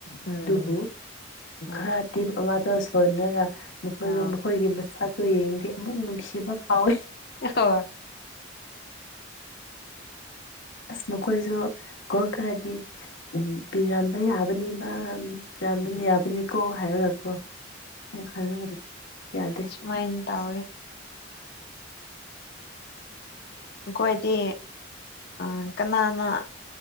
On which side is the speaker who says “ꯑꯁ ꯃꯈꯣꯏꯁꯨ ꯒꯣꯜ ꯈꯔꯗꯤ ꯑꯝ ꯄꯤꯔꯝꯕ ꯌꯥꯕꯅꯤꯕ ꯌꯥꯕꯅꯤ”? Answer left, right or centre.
Left